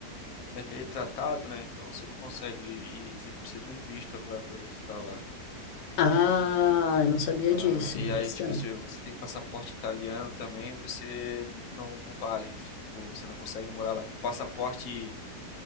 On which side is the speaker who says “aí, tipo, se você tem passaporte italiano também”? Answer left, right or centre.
Left